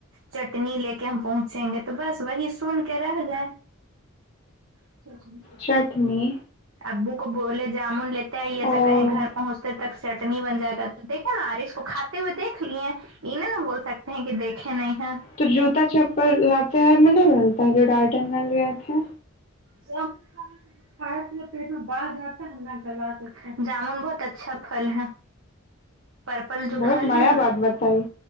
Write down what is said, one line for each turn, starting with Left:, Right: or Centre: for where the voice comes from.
Right: چٹنی لے کے ہم پہنچیں گے تو بس وہی سن کے رہ گیں ا <inaudible>
Left: چٹنی
Right: ابو کو بولے جامن لیتے آئیے
Left: اور
Right: تو کہیں گھر پہنچتے تک چٹنی بن جائے گا دیکھے نا آر اس کو کھاتے ہوئے دیکھ لیے انہیں نا بول سکتے ہیں کہ دیکھے نہیں ہے
Left: تو جوتا چپل لاتے ہر میں نہیں ملتا ہے جو ڈالٹن مل گئے تھے
Right: جن کھانا پیٹ میں بھ جاتا جامن بہت اچھا پھل ہے پرپل جو
Left: بہت
Right: پھل
Left: نیا
Right: ہے نا
Left: بات بتائی